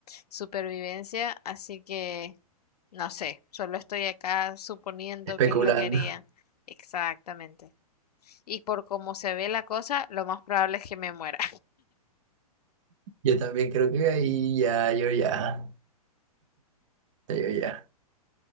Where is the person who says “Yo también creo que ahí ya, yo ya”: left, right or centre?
Right